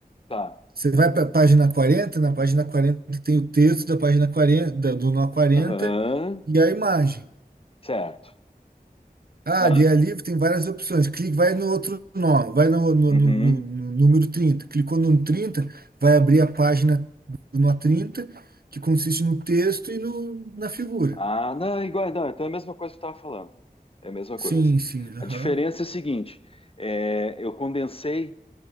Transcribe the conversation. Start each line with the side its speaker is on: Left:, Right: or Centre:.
Left: tá.
Right: Você vai para a página 40, na página 40 tem o texto da página 40 da- do nó quarenta
Left: Aham.
Right: e a imagem.
Left: Certo.
Right: Ah,
Left: Não,
Right: dia livre tem várias opções. Clique, vai no outro nó, vai no, no-
Left: uhum.
Right: no- no- no número 30. Clicou no 30, vai abrir a página do nó 30, que consiste no texto e no, na figura.
Left: Ah, não, igual, não, então é a mesma coisa que eu estava falando. É a mesma
Right: Sim,
Left: coisa.
Right: sim, aham.
Left: A diferença é o seguinte, é, eu condensei